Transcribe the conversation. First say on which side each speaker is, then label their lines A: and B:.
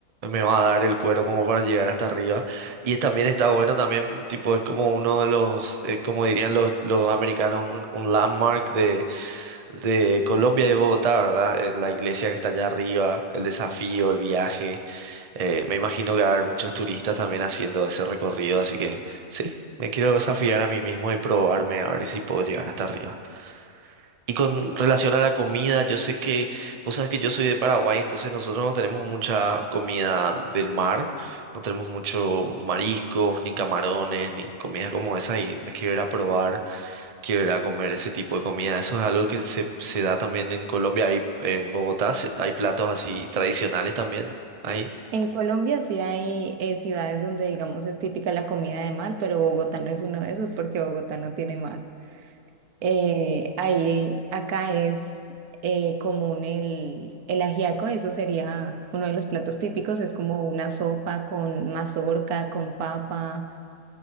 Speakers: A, on the right; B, on the right.
A: me va a dar el cuero como para llegar hasta arriba. Y es- también está bueno, también tipo es como uno de los, eh, como dirían los, los americanos, un, un landmark de, de Colombia y de Bogotá, ¿verdad? Eh, La iglesia que está allá arriba, el desafío, el viaje. Eh, me imagino que va a haber muchos turistas también haciendo ese recorrido, así que sí, me quiero desafiar a mí mismo y probarme a ver si puedo llegar hasta arriba. Y con relación a la comida, yo sé que, vos sabes que yo soy de Paraguay, entonces nosotros no tenemos mucha comida del mar, no tenemos muchos mariscos, ni camarones, ni comida como esa, y me quiero ir a probar, quiero ir a comer ese tipo de comida. Eso es algo que se, se da también en Colombia, hay, en Bogotá se- hay platos así tradicionales también, ahí.
B: En Colombia sí hay eh, ciudades donde, digamos, es típica la comida de mar, pero Bogotá no es uno de esos porque Bogotá no tiene mar. Eh, ahí, acá es eh, común el, el ajiaco, eso sería uno de los platos típicos, es como una sopa con mazorca, con papa,